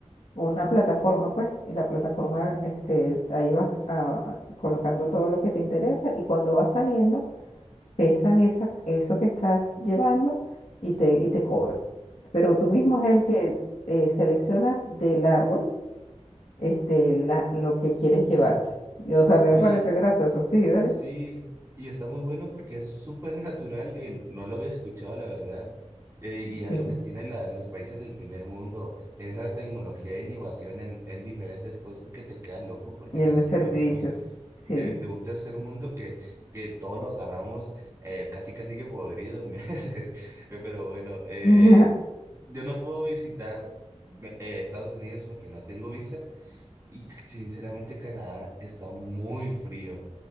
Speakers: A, on the left (about 70°); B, on the right (about 25°).
A: o una plataforma, pues. Y la plataforma, este, ahí vas ah, ah, colocando todo lo que te interesa y cuando vas saliendo, pesan esa, eso que estás llevando y te, y te cobran. Pero tú mismo es el que eh, seleccionas del árbol este, la- lo que quieres llevarte. Y, O sea, me
B: oye
A: parece gracioso, sí,
B: S-
A: ¿vale?
B: Sí, y está muy bueno porque es súper natural, eh, no lo había escuchado, la verdad. eh, y es
A: Sí,
B: lo que tienen la- los países del primer mundo, esa tecnología e innovación en, en diferentes cosas que te quedan loco porque
A: y
B: nosotros
A: en el servicio,
B: venimos
A: sí.
B: de, de un tercer mundo que, que todo lo agarramos eh, casi casi que podrido en <laughs> veces. Eh, Pero bueno, eh,
A: <laughs>
B: yo no puedo visitar me- eh, Estados Unidos porque no tengo visa y sinceramente Canadá está muy frío.